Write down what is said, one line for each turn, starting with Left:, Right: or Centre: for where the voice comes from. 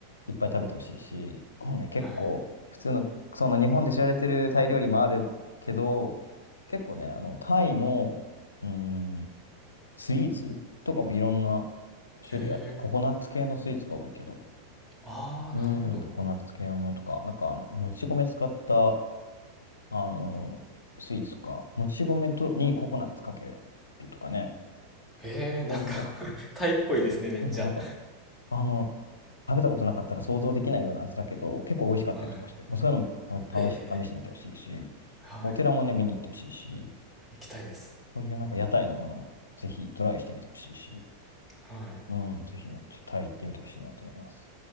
Left: いっぱい食べてほしいし、ご飯ね、結構、
Centre: はい。
Left: 普通の、その日本で知られてるタイ料理もあるけど、結構ね、あの、タイの、うーん、スイーツとかもいろんな種類あって、
Centre: へえ。
Left: ココナッツ系のスイーツが多いけど、
Centre: ああ、
Left: うん。
Centre: なるほど。
Left: ココナッツ系のものとか、なんかあの、もち米使った、あの、スイーツとか、もち米とにココナッツかけるとかね、
Centre: へえ、なんか
Left: そういう、なんかこう、
Centre: <laughs> タイっぽいですね、めっちゃ。
Left: そうそう、なんかあの、食べたことなかったら想像できないような味だけど、結構美味しかったりとかして、
Centre: は
Left: もうそういうのもた試し、
Centre: い。へえ。
Left: 試してみてほしいし、
Centre: はい。
Left: お寺もね、見に行ってほしいし、
Centre: 行きたいです。
Left: そういうなんか屋台のものもぜひトライしてみてほしいし、
Centre: はい。
Left: うん、ぜひね、ちょっとタイ行ってみてほしいなと思います。